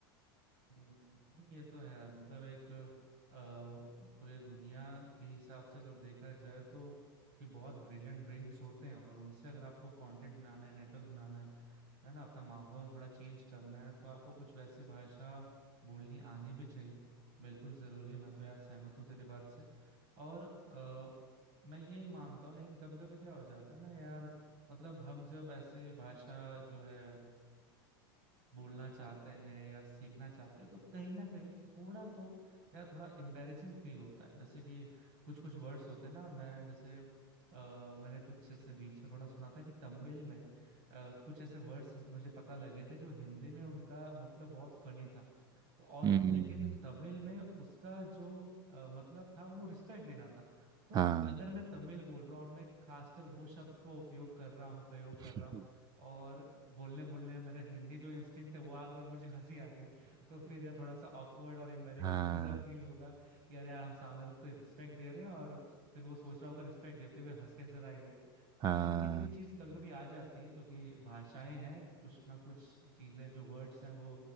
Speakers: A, on the right; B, on the right.
A: हम्म, नहीं ये तो है यार मतलब एक अ, पूरे दुनिया के हिसाब से अगर देखा जाए तो कि बहुत ब्रिलियंट ब्रेन्स होते हैं और उनसे अगर आपको कंटेंट बनाना है नेटवर्क बनाना है है ना अपना माहौल थोड़ा चेंज करना है तो आपको कुछ वैसी भाषा बोलनी आनी भी चाहिए बिल्कुल जरूरी है मैं तो यार सहमत हूँ तेरी बात से और अ, मैं ये मानता हूँ लेकिन कभी कभी क्या हो जाता है ना यार मतलब हम जब ऐसे भाषा जो है बोलना चाहते हैं या सीखना चाहते हैं तो कहीं ना कहीं थोड़ा तो या थोड़ा एम्बेरेसिंग फील होता है जैसे कि कुछ कुछ वर्ड्स होते हैं ना मैं जैसे आ, मैंने कुछ ऐसे बीच में थोड़ा सुना था कि तमिल में अ, कुछ ऐसे वर्ड्स मुझे पता लगे थे जो हिंदी में उनका मतलब बहुत फनी था तो और
B: हम्म
A: लेकिन तमिल में उसका जो अ, मतलब था वो रिस्पेक्ट देना था तो
B: हाँ
A: अगर मैं तमिल बोल रहा हूँ और मैं खासकर वो शब्द का उपयोग कर रहा हूँ प्रयोग कर
B: <laughs>
A: रहा हूँ और बोलने बोलने में मेरा हिंदी जो इंस्टिंक्ट है वो आ गया और मुझे हंसी आ गई तो फिर यार थोड़ा सा ऑकवर्ड और एम्बेरेसिंग
B: हाँ
A: <laughs> सा फील होगा कि यार यार हम सामने वाले को तो रिस्पेक्ट दे रहे हैं और फिर वो सोच रहा होगा रिस्पेक्ट देते हुए हंस कैसे रहा है ये
B: हाँ
A: तो ये थोड़ी चीज कभी कभी आ जाती है क्योंकि भाषाएं हैं कुछ ना कुछ चीजें जो वर्ड्स हैं वो